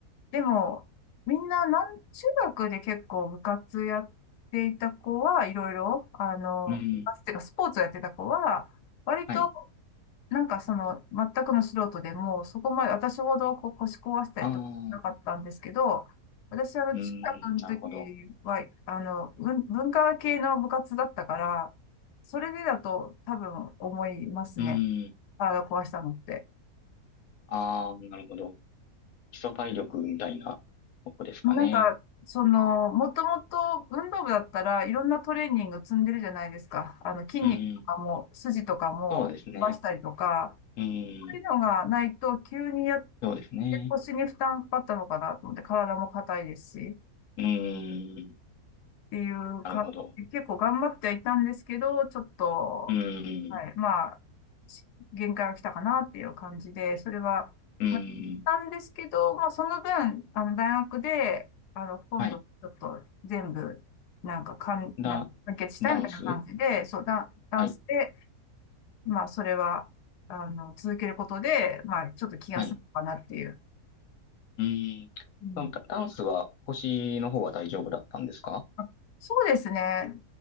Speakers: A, on the left (about 85°); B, on the left (about 65°).
A: でも、みんな、なん、中学で結構部活やっていた子はいろいろ、あの、
B: うん、
A: 部活っていうかスポーツをやってた子は、割と、
B: はい。
A: なんかその、全くの素人でも、そこまで私ほどこう腰壊したりとかなかったんですけど、
B: ああ、
A: 私、あの、
B: うん、
A: 中学の時は、
B: なるほど。
A: あの、文文化系の部活だったから、それでだと多分思いますね。
B: うん、
A: 体壊したのって。
B: ああ、なるほど。基礎体力みたいなとこですかね。
A: なんか、その、もともと運動部だったらいろんなトレーニング積んでるじゃないですか。あの、筋肉とかも、
B: うん、
A: 筋とかも伸ばしたりとか、
B: そうですね。うん、
A: そういうのがないと急にやっ
B: そうですね。
A: て腰に負担かかったのかなと思って、体も硬いですし。
B: うん、
A: ていうか、
B: なるほど。
A: 結構頑張ってはいたんですけど、ちょっと、
B: うん、
A: はい、まあ、し限界が来たかなっていう感じで、それは、
B: うん、
A: まあなんですけど、まあ、その分、あの、大学で、あの、今度、
B: はい。
A: ちょっと全部、なんか、かん、
B: だ、
A: なんか完結したいみたいな感じで、
B: ダンス
A: そう、ダ、ダンスで、
B: はい、
A: まあ、それは、あの、続けることで、まあ、ちょっと気が済むかなっていう。
B: はい。うん。
A: うん
B: そのダダンスは腰の方は大丈夫だったんですか
A: あそうですね。